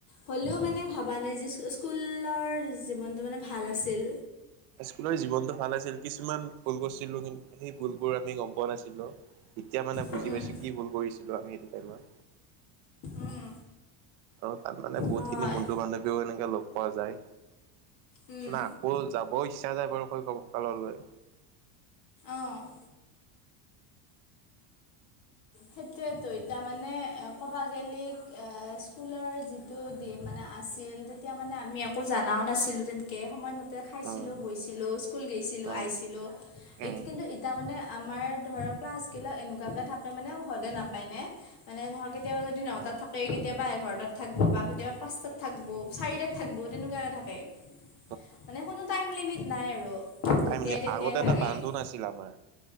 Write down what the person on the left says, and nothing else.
হ'লেও
মানে
ভাবা নাই যি স্কুলৰ জীৱনটো মানে ভাল আছিল।
উম,
উম,
অ'।
উম,
অ'। সেইটোৱেতো এতিয়া মানে ক'ব গে'লি স্কুলৰ যি দি মানে আছিল তেতিয়া মানে আমি একো জনাও নাছিলো তেনেকে সময়মতে, ততে খাইছিলোঁ
বৈছিলোঁ, স্কুল গৈছিলোঁ
আহিছিলোঁ।
টো কিন্তু ইতা মানে আমাৰ ধৰ ক্লাছ গিলাক এনেকুৱাকে থাকে মানে হদে নাপায় ন। মানে ধৰক কেতিয়াবা যদি নটাত থাকে কেতিয়াবা এঘাৰটাত থাকিব বা কেতিয়াবা পাঁচটাত থাকিব চাৰিটাত, থাকিব তেনেকুৱাকে থাকে।
মানে কোনো টাইম লিমিট নাই আৰু।
যেতিয়াই
তেতিয়াই
থাকে